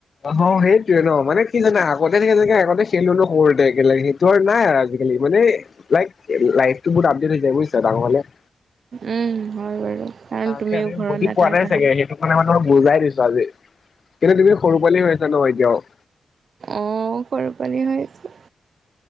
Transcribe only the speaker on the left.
অ সেইটোয়ে ন মানে কি জানা আগতে থাকে চাগে আগতে খেলো ন সৰুতে একেলগে সেইটো আৰু নাই আৰু আজিকালি মানে। লাইফ লাইফ টো বহুত আপডেট হৈ যায় বুজিছা ডাঙৰ হলে -
তাকে
বুজি
পোৱা নাই চাগে সেইটো কাৰণে মানে বুজাই দিছো আজি- কিন্তু তুমি সৰু পোৱালি হৈ আছা ন এতিয়াও-